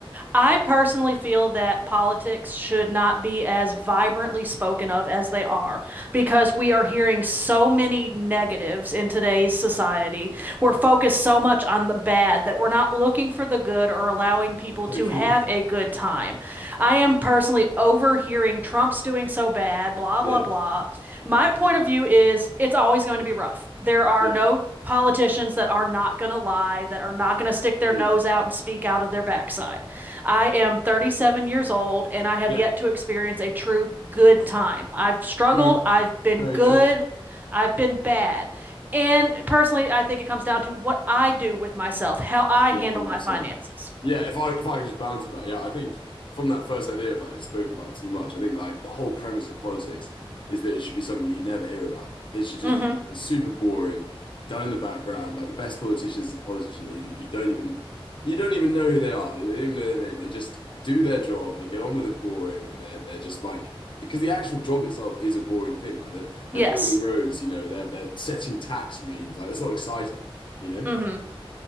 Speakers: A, on the right; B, on the left.
A: I personally feel that politics should not be as vibrantly spoken of as they are because we are hearing so many negatives in today's society. We're focused so much on the bad that we're not looking for the good or allowing people
B: So
A: to
B: true.
A: have a good time. I am personally overhearing Trump's doing so bad, blah,
B: Yeah.
A: blah, blah. My point of view is it's always going to be rough. There are
B: Yeah.
A: no politicians that are not going to lie, that are not going to stick their
B: Mm.
A: nose out and speak out of their backside. I am 37 years old and I have
B: Yeah.
A: yet to experience a true good time. I've struggled,
B: True.
A: I've been
B: Very
A: good,
B: true.
A: I've been bad. And personally, I think it comes down to what I do with myself, how I
B: One
A: handle
B: hundred
A: my
B: percent.
A: finances.
B: Yeah, if I if I could just balance with that, yeah, I think from that first idea of like it's spoken about too much, I think like the whole premise of politics is that it should be something that you never hear about. It should just
A: hmm
B: be something that's super boring, done in the background. Like the best politician is a politician who you don't even you don't even know who they are. They don't even know their name. They just do their job. They get on with it boring, and they're they're just like because the actual job itself is a boring thing. Like they're they're
A: Yes.
B: building roads, you know, they're they're setting tax regimes. Like it's not exciting, you know.
A: hmm